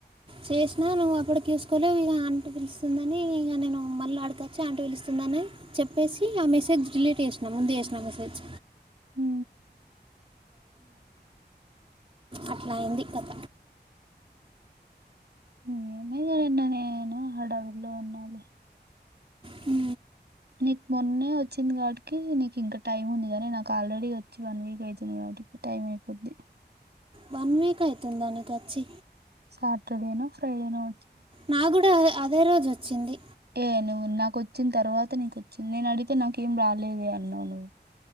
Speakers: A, on the right (about 30°); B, on the right (about 65°).
A: చేసినా నువ్వు అప్పుడుకిూసుకోలే ఇ అంట పిలుస్తుందని ఇక నేను మళ్ళీ ఆడకొచ్చి అంట పిలుస్తుందని చెప్పేసి ఆ మెసేజ్ డిలీట్ చేసినా ముందు చేసినా మెసేజ్
B: హ
A: అట్లా అయింది కథ
B: ఇగా ఏమో నేను నిన్న హడావిడిలో ఉనలే
A: హ
B: నీకు మొన్నే వచ్చింది కాబట్టి నీకు ఇంకా టైమ్ ఉంది కానీ నాకు ఆల్రెడీ వచ్చి వన్ వీక్ అయితుంది కాబట్టి టైం అయిపోద్ంది
A: వన్ వీక్ అయితుందా నీకు వచ్చి
B: సాటర్డేనో ఫ్రైడే నో
A: నా కూడా అదే రోజు వచ్చింది
B: ఏ నువ్వు నాకు వచ్చిన తర్వాత నీక వచ్చింది నేను అడిగితే నాకేం రాలేదు అన్నావు నువ్వు